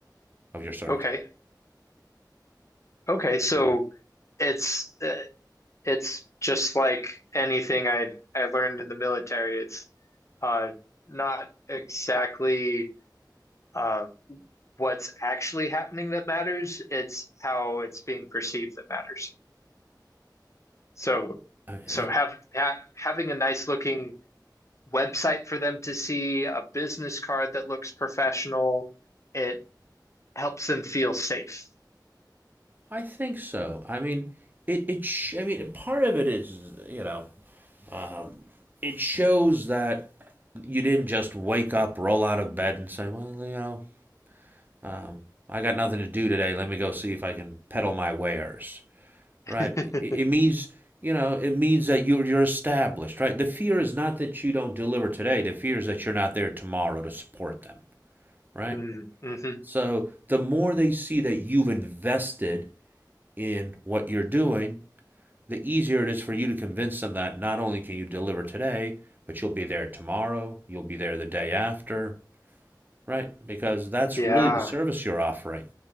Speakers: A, on the right; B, on the left.
A: of your service.
B: Okay. Okay. So it's uh, it's just like anything I I learned in the military. It's uh, not exactly uh, what's actually happening that matters. It's how it's being perceived that matters. So
A: Uh,
B: so
A: is it-
B: have ha having a nice looking website for them to see, a business card that looks professional, it helps them feel safe.
A: I think so. I mean, it it sh- I mean, part of it is, you know, um, it shows that you didn't just wake up, roll out of bed, and say, "Well, you know, um, I got nothing to do today. Let me go see if I can peddle my wares."
B: <laughs>
A: Right? It, it means, you know, it means that you're you're established, right? The fear is not that you don't deliver today. The fear is that you're not there tomorrow to support them, right?
B: Mm-hmm.
A: So the more they see that you've invested in what you're doing, the easier it is for you to convince them that not only can you deliver today, but you'll be there tomorrow, you'll be there the day after, right? Because that's
B: Yeah.
A: really the service you're offering